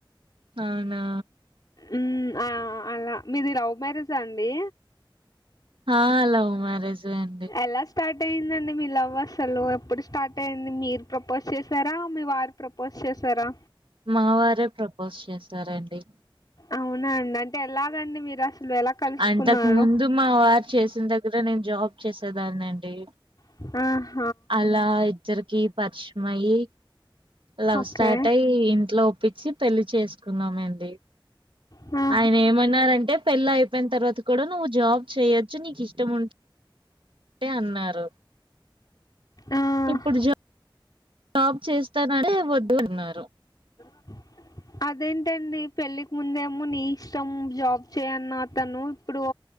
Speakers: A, on the right (about 75°); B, on the left (about 50°).
A: అవునా
B: ఉ ఆ అలా మీది రవ్ మ్యారేజ్ అండి.
A: ఆ లవ్ మ్యారేజే అండి.
B: ఎలా స్టార్ట్ అయయిందండి మీ లవ్ అసలు ఎప్పుడు స్టార్ట్ అయింది. మీరు ప్రపోజ్ చేసారా? మీ వారు ప్రపోజ్ చేశారా
A: మా వారే ప్రపోజ్ చేశారండి.
B: అవునా అండి, అంటే ఎలాగండి మీరు అసలు. ఎలా కలుసుకున్నారు
A: అంతకు ముందు మా వారు చేసిన దగ్గర నేను జాబ్ చేసేదాన్నండి.
B: మ్
A: అలా ఇద్దరికి పరిచయమయి లవ్
B: ఓకే
A: స్టార్ట్ అయి, ఇంట్లో ఒప్పించి పెళ్లి చేసుకున్నామండి.
B: ఉ
A: ఆయన ఏమన్నారంటే, పెళ్ళ అయిపోయిన తర్వాత కూడా నువ్వు జాబ్ చేయచ్చు నీకు ఇష్టం ఉంటే. అంటే అన్నారు.
B: ఆ.
A: ఇప్పుడు జా జాబ్ చేస్తాననే వద్దుఅన్నారు.
B: <inaudible> అదేంటండి పెళ్ళికి ముందేమో నీ ఇష్టం జాబ్ చేయి అన్న అతను ఇప్పుడు.